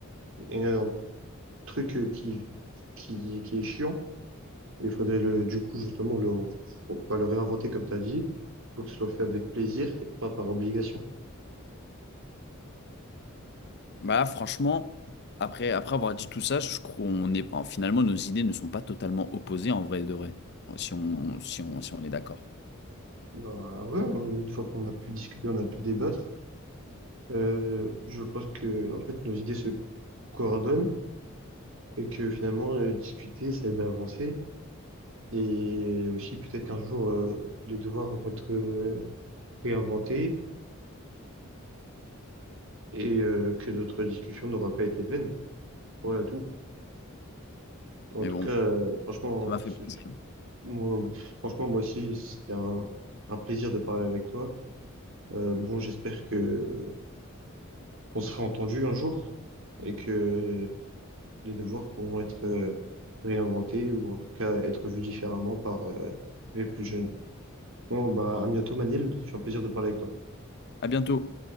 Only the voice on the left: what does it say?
Bah, franchement, après, après avoir dit tout ça, je crois qu'on est, en- finalement, nos idées ne sont pas totalement opposées en vrai de vrai, si on, si on, si on est d'accord.
Mais
bon,
ça m'a fait
plaisir.
À bientôt.